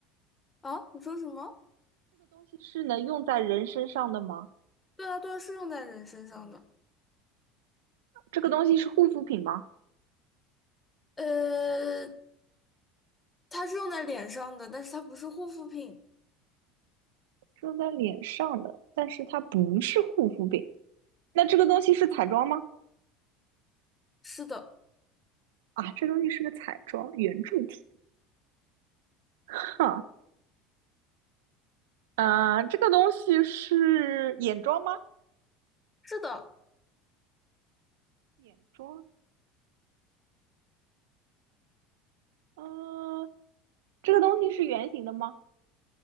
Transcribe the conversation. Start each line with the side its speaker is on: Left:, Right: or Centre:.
Left: 啊，你说什么？
Right: 这个东西是能用在人身上的吗？
Left: 对啊，对啊，是用在人身上的。
Right: 这个东西是护肤品吗？
Left: 呃，它是用在脸上的，但是它不是护肤品。
Right: 是用在脸上的，但是它不是护肤品。那这个东西是彩妆吗？
Left: 是的，
Right: 啊，这东西是个彩妆圆柱体。哈，啊，这个东西是眼妆吗？
Left: 是的，
Right: 眼妆。呃，这个东西是圆形的吗？